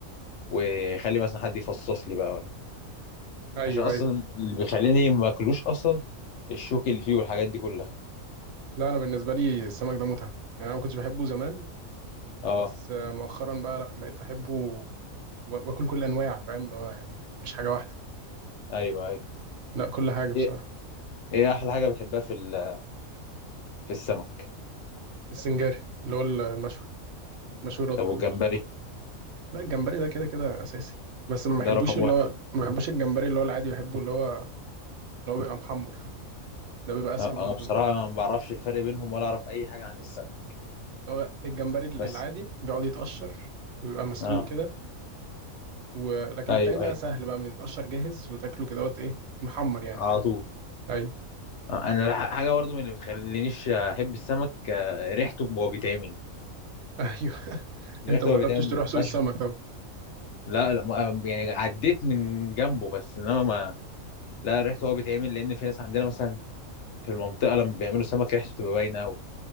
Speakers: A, on the left; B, on the right.
A: واخلي مثلا حد يفصص لي بقى ولا
B: ايوه
A: عشان اصلا
B: ايوه
A: اللي بيخليني ما اكلوش اصلا الشوك اللي فيه والحاجات دي كلها
B: لا انا بالنسبه لي السمك ده متعه يعني انا ما كنتش بحبه زمان
A: اه
B: بس آه، مؤخرا بقى لا بقيت احبه و- واكل كل انواع فاهم اللي هو يعني مش حاجه واحده
A: ايوه ايوه
B: لا كل حاجه بصراحه
A: ايه ايه احلى حاجه بتحبها في ال- في السمك
B: السنجاري اللي هو المشوي مشوي رده
A: طب والجمبري
B: ده لا الجمبري ده كده كده اساسي بس ما بحبوش
A: ده رقم
B: اللي
A: واحد
B: هو ما بحبوش الجمبري اللي هو العادي بحبه اللي هو اللي هو بيبقى محمر ده بيبقى اسهل
A: آه،
B: برضو
A: انا بصراحه
B: اللي
A: ما بعرفش الفرق بينهم ولا اعرف اي حاجه عن السمك
B: هو الجمبري العادي
A: بس
B: بيقعد يتقشر ويبقى مسلوق
A: اه
B: كده ولكن
A: ايوه
B: التاني ده
A: ايوه
B: سهل بقى بيتقشر جاهز وتاكله كده وقت ايه محمر يعني
A: على
B: فاهم
A: طول
B: ايوه
A: آه، انا ح- حاجه برضو من اللي بتخلينيش احب السمك آه، ريحته وهو بيتعمل
B: ايوه <laughs>
A: ريحته
B: انت مجربتش
A: وهو بيتعمل ما
B: تروح
A: بتبقاش
B: سوق السمك طبعا
A: لا لا ما- يعني عديت من جنبه بس انما ما لا ريحته هو بيتعمل لان في ناس عندنا مثلا في المنطقه لما بيعملوا سمك ريحته بتبقى باينه قوي